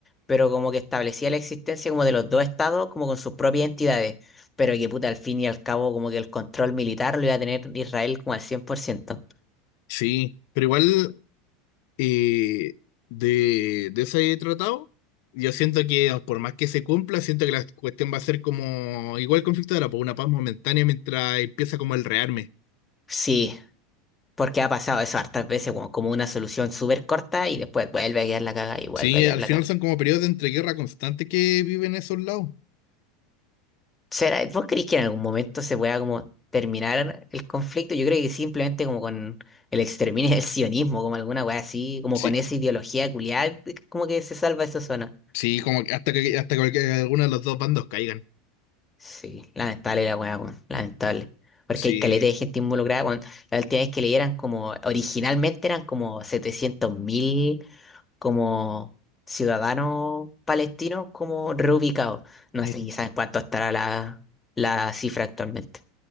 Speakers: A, on the left; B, on the left.
A: pero como que establecía la existencia como de los dos estados, como con sus propias entidades, pero que puta, al fin y al cabo, como que el control militar lo iba a tener Israel como al cien por ciento
B: Sí, pero igual eh, de, de ese tratado, yo siento que por más que se cumpla, siento que la cuestión va a ser como igual el conflicto era, por una paz momentánea mientras empieza como el rearme.
A: Sí, porque ha pasado eso hartas veces, como, como una solución súper corta y después vuelve a quedar la caga y vuelve
B: Sí,
A: a quedar
B: al
A: la
B: final
A: caga.
B: son como periodos de entreguerra constante que viven esos lados.
A: ¿Será, vos creís que en algún momento se pueda como terminar el conflicto? Yo creo que simplemente como con el exterminio <laughs> del sionismo, como alguna weá así, como
B: Sí.
A: con esa ideología culiada, como que se salva esa zona.
B: Sí, como que hasta que hasta que alguno de los dos bandos caigan.
A: Sí, lamentable la weá, weón, lamentable. Porque
B: Sí,
A: hay caleta de gente involucrada, weón. La última vez que leyeran como, originalmente eran como 700 mil como ciudadanos palestinos como reubicados. No
B: mm,
A: sé quizás cuánto estará la, la cifra actualmente.